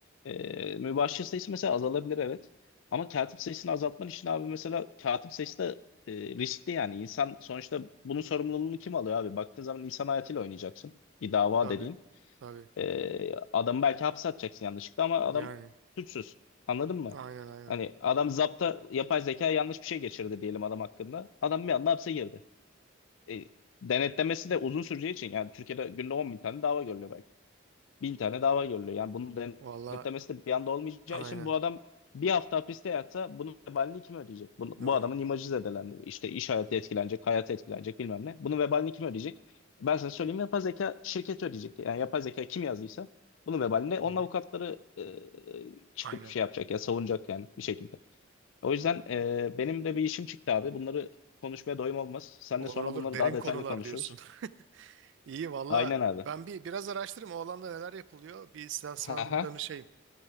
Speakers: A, on the left; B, on the right.
A: E, mübaşir sayısı mesela azalabilir evet. Ama katip sayısını azaltman için abi mesela katip sayısı da e, riskli yani. İnsan sonuçta bunun sorumluluğunu kim alıyor abi? Baktığın zaman insan hayatıyla oynayacaksın. Bir dava
B: tabii
A: dediğin.
B: tabii
A: Ee, adamı belki hapse atacaksın yanlışlıkla ama adam
B: yani
A: suçsuz. Anladın mı?
B: aynen aynen.
A: Hani adam zapta yapay zeka yanlış bir şey geçirdi diyelim adam hakkında. Adam bir anda hapse girdi. E, denetlemesi de uzun süreceği için yani Türkiye'de günde 10 bin tane dava görülüyor belki bin tane dava görülüyor. Yani bunu
B: Valla
A: denetlemesi de bir anda olmayacağı
B: aynen
A: için bu adam bir hafta hapiste yatsa bunun vebalini kim ödeyecek? Bu,
B: doğru.
A: bu adamın imajı zedelendi. İşte iş hayatı etkilenecek, hayatı etkilenecek bilmem ne. Bunun vebalini kim ödeyecek? Ben sana söyleyeyim yapay zeka şirketi ödeyecek. Yani yapay zeka kim yazdıysa bunun vebalini onun
B: Hı hı.
A: avukatları e, çıkıp
B: Aynen.
A: şey yapacak ya savunacak yani bir şekilde. O yüzden e, benim de bir işim çıktı abi. Bunları konuşmaya doyum olmaz. Seninle
B: Olur
A: sonra
B: olur
A: bunları
B: derin
A: daha detaylı
B: konular
A: konuşuruz.
B: diyorsun. <laughs> İyi valla
A: Aynen abi.
B: ben bir biraz araştırayım o alanda neler yapılıyor. Bir sen, sana
A: <laughs>
B: da bir danışayım.